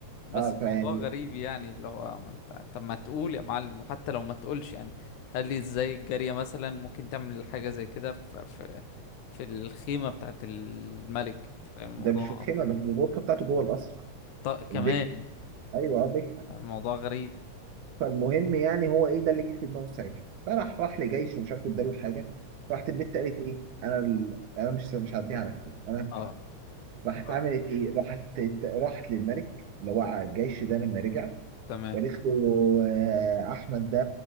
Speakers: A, on the left (about 80°); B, on the right (about 80°).
A: بس
B: اه فيعني
A: موضوع غريب يعني اللي هو ما انت طب ما تقول يا معلم وحتى لو ما تقولش يعني هل لي ازاي الجارية مثلا ممكن تعمل حاجة زي كده في في في الخيمة بتاعت الملك انت فاهم الموضوع
B: ده مش في الخيمه بس الغرفه بتاعته جوه القصر
A: طيب كمان
B: البيت ايوه اه بيت
A: الموضوع غريب
B: فالمهم يعني هو ايه ده اللي جه في دماغه ساعتها فراح راح لجيش ومش عارف اداله الحاجه راحت البت قالت ايه انا ال... انا مش مش هعديها على خير انا هفتحها
A: اه
B: راحت
A: اه
B: عملت ايه راحت راحت للملك اللي هو على الجيش ده لما رجع
A: تمام
B: وقالت له آه، احمد ده